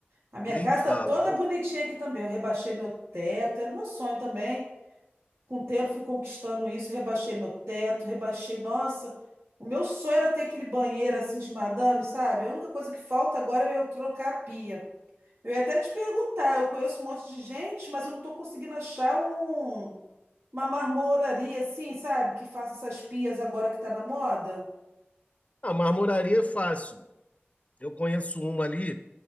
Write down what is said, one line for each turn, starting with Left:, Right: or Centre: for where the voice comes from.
Right: A minha
Left: nem
Right: casa
Left: fala.
Right: está toda bonitinha aqui também. Eu rebaixei meu teto, era meu sonho também. Com o tempo fui conquistando isso, rebaixei meu teto, rebaixei. Nossa, o meu sonho era ter aquele banheiro assim de madame, sabe? A única coisa que falta agora é eu trocar a pia. Eu ia até te perguntar, eu conheço um monte de gente, mas eu não estou conseguindo achar um, uma marmoraria assim, sabe? Que faça essas pias agora que tá na moda.
Left: A marmoraria é fácil. Eu conheço uma ali